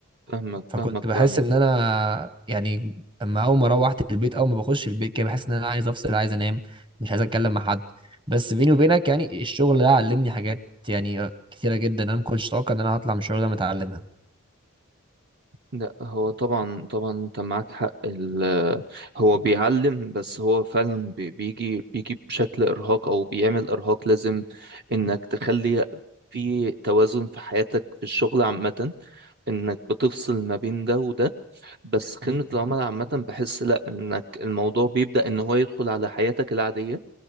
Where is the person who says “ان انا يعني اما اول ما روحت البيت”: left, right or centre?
Right